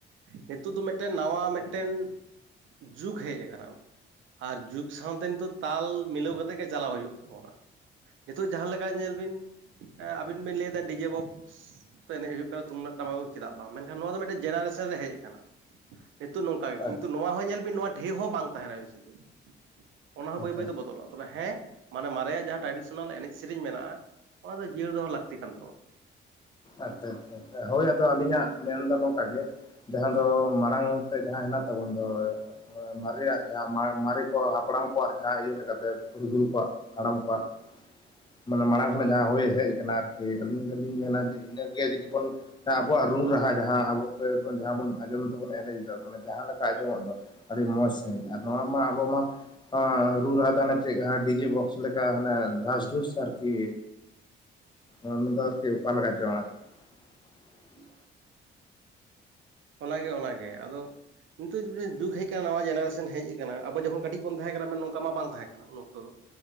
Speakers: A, on the right; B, on the left.
A: ᱱᱤᱛᱚᱜ ᱫᱚ ᱢᱤᱫᱴᱮᱱ ᱱᱟᱣᱟ ᱢᱤᱫᱴᱮᱱ ᱡᱩᱜ ᱦᱮᱡ ᱟᱠᱟᱱᱟ ᱟᱨ ᱡᱩᱜ ᱥᱟᱶᱛᱮ ᱱᱤᱛᱚᱜ ᱛᱟᱞ ᱢᱤᱞᱟᱹᱣ ᱠᱟᱛᱮᱜ ᱜᱮ ᱪᱟᱞᱟᱣ ᱦᱩᱭᱩᱜ ᱛᱟᱵᱚᱱᱟ ᱱᱤᱛᱚᱜ ᱡᱟᱦᱟᱸ ᱞᱮᱠᱟ ᱧᱮᱞ ᱵᱤᱱ ᱟᱹᱵᱤᱱ ᱵᱤᱱ ᱞᱟᱹᱭᱫᱟ ᱰᱤᱡᱮ ᱵᱚᱠᱥ ᱛᱚ ᱮᱱᱮᱡ ᱦᱩᱭᱩᱜ ᱠᱟᱱᱟ ᱛᱩᱢᱫᱟᱹᱜ ᱴᱟᱢᱟᱠ ᱫᱚ ᱪᱮᱫᱟᱜ ᱵᱟᱝ ᱢᱮᱱᱠᱷᱟᱱ ᱱᱚᱣᱟ ᱫᱚ ᱢᱤᱫᱴᱮᱱ ᱡᱮᱱᱟᱨᱮᱥᱚᱱ ᱨᱮ ᱦᱮᱡ ᱟᱠᱟᱱᱟ ᱱᱤᱛᱚᱜ ᱱᱚᱝᱠᱟ ᱜᱮ
B: ᱟᱪᱪᱷᱟ
A: ᱠᱤᱱᱛᱩ ᱱᱚᱣᱟ ᱦᱚᱸ ᱧᱮᱞ ᱵᱤᱱ ᱱᱚᱣᱟ ᱰᱷᱮᱹ ᱦᱚᱸ ᱵᱟᱝ ᱛᱟᱦᱮᱱᱟ ᱵᱮᱥᱤ ᱫᱤᱱ ᱾ ᱚᱱᱟ ᱦᱚᱸ
B: ᱟᱪᱪᱷᱟ
A: ᱵᱟᱹᱭ ᱵᱟᱹᱭᱛᱮ
B: ᱦᱮᱸ
A: ᱵᱚᱫᱚᱞᱚᱜᱼᱟ ᱛᱚᱵᱮ ᱦᱮᱸ ᱢᱟᱱᱮ ᱢᱟᱨᱮᱭᱟᱜ ᱡᱟᱦᱟᱸ ᱴᱨᱟᱰᱤᱥᱚᱱᱟᱞ ᱮᱱᱮᱡ ᱥᱮᱨᱮᱧ ᱢᱮᱱᱟᱜᱼᱟ ᱚᱱᱟ ᱫᱚ ᱡᱤᱭᱟᱹᱲ ᱫᱚᱦᱚ ᱞᱟᱹᱠᱛᱤ ᱠᱟᱱ ᱛᱟᱵᱚᱱᱟ
B: ᱟᱪᱪᱷᱟ ᱟᱪᱪᱷᱟ ᱦᱳᱭ ᱟᱫᱚ ᱟᱹᱞᱤᱧᱟᱜ ᱢᱮᱱᱫᱚ ᱱᱚᱝᱠᱟ ᱜᱮ ᱡᱟᱦᱟᱸ ᱫᱚ ᱢᱟᱲᱟᱝ ᱛᱮ ᱡᱟᱦᱟᱸ ᱦᱮᱱᱟᱜ ᱛᱟᱵᱚᱱ ᱫᱚ ᱢᱟᱨᱮᱭᱟᱜ ᱡᱟᱦᱟᱸ ᱢᱟᱨᱮ ᱠᱚ ᱦᱟᱯᱲᱟᱢ ᱠᱚᱣᱟᱜ ᱡᱟᱦᱟᱸ ᱤᱭᱟᱹ ᱞᱮᱠᱟᱛᱮ ᱯᱩᱨᱩᱫᱷᱩᱞ ᱠᱚᱣᱟᱜ ᱦᱟᱲᱟᱢ ᱠᱚᱣᱟᱜ ᱢᱟᱱᱮ ᱢᱟᱲᱟᱝ ᱠᱷᱚᱱᱟᱜ ᱡᱟᱦᱟᱸ ᱦᱩᱭ ᱦᱮᱡ ᱟᱠᱟᱱᱟ ᱟᱨᱠᱤ ᱟᱹᱞᱤᱧ ᱫᱚᱞᱤᱧ ᱢᱮᱱᱟ ᱡᱮ ᱤᱱᱟᱹᱜᱮ ᱡᱩᱫᱤ ᱵᱚᱱ ᱡᱟᱦᱟᱸ ᱟᱵᱚᱣᱟᱜ ᱨᱩ ᱨᱟᱦᱟ ᱡᱟᱦᱟᱸ ᱟᱵᱚ ᱛᱮ ᱡᱟᱦᱟᱸ ᱵᱚᱱ ᱟᱸᱡᱚᱢ ᱛᱮᱵᱚᱱ ᱮᱱᱮᱡ ᱮᱫᱟ ᱢᱟᱱᱮ ᱡᱟᱦᱟᱸ ᱞᱮᱠᱟ ᱟᱸᱡᱚᱢᱚᱜ ᱫᱚ ᱟᱹᱰᱤ ᱢᱚᱸᱡᱽ ᱥᱟᱺᱦᱤᱡ ᱟᱨ ᱱᱚᱣᱟ ᱢᱟ ᱟᱵᱚᱢ ᱢᱟ <unintelligible> ᱨᱩ ᱨᱟᱦᱟ ᱫᱚ ᱦᱟᱱᱮ ᱪᱮᱫ ᱰᱤᱡᱮ ᱵᱚᱠᱥ ᱞᱮᱠᱟ ᱦᱟᱱᱮ ᱰᱷᱟᱥ ᱰᱷᱩᱥ ᱟᱨᱠᱤ ᱚᱱᱟ ᱫᱚ ᱟᱨᱠᱤ ᱚᱠᱟᱞᱮᱠᱟᱪᱝ ᱟᱨᱠᱤ <unintelligible>
A: ᱚᱱᱟᱜᱮ ᱚᱱᱟᱜᱮ ᱟᱫᱚ ᱱᱤᱛᱚᱜ ᱢᱤᱫᱴ ᱡᱩᱜᱽ ᱦᱮᱡ ᱟᱠᱟᱱᱟ ᱱᱟᱣᱟ ᱡᱮᱱᱟᱨᱮᱥᱚᱱ ᱦᱮᱡ ᱟᱠᱟᱱᱟ ᱟᱵᱚ ᱡᱚᱠᱷᱚᱱ ᱠᱟᱹᱴᱤᱡ ᱵᱚᱱ ᱛᱟᱦᱮᱸ ᱠᱟᱱᱟ ᱢᱮᱱ ᱱᱚᱝᱠᱟ ᱢᱟ ᱵᱟᱝ ᱛᱟᱦᱮᱸ ᱠᱟᱱᱟ ᱩᱱ ᱚᱠᱛᱚ ᱫᱚ